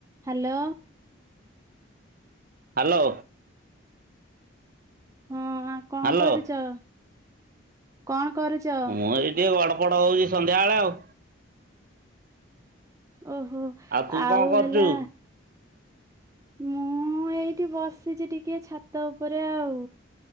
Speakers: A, on the right (about 15°); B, on the right (about 45°).
A: Hello.
B: Hello.
A: ହଁ, ଆଉ କଣ
B: ହ୍ୟାଲୋ
A: କରୁଚ? କଣ କରୁଚ?
B: ମୁଁ ଏଇ ଟିକେ ଗଡ ପଡ ହଉଛି, ସନ୍ଧ୍ୟାବେଳେ ଆଉ।
A: ଓହୋ!
B: ତୁ
A: ଆଉ
B: କଣ କରୁଛୁ?
A: ହେଲା ମୁଁ ଏଇଠି ବସିଛି ଟିକେ ଛାତ ଉପରେ ଆଉ।